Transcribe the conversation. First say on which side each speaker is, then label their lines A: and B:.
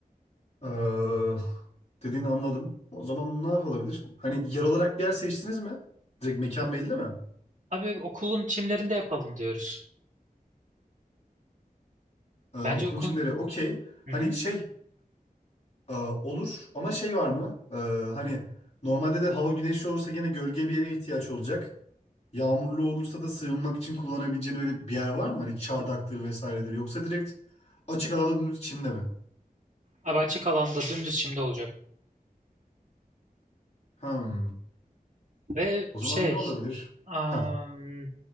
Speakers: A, on the left; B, on the right.
A: Ee, dediğini anladım. O zaman ne yapılabilir? Hani yer olarak bir yer seçtiniz mi? Direkt mekan belli mi?
B: Abi okulun çimlerinde yapalım diyoruz.
A: Ee, okulun
B: Bence okulun...
A: çimleri. Okey.
B: Hı
A: Hani
B: hı.
A: şey e, olur ama şey var mı? Ee, hani normalde de hava güneşli olursa gene gölge bir yere ihtiyaç olacak. Yağmurlu olursa da sığınmak için kullanabileceğin öyle bir yer var mı? Hani çardaktır vesairedir. Yoksa direkt açık alanın çimde mi?
B: Abi açık alanda dümdüz çimde olacak.
A: Hmm.
B: Ve
A: O
B: şey...
A: zaman ne olabilir?
B: am,
A: Ha.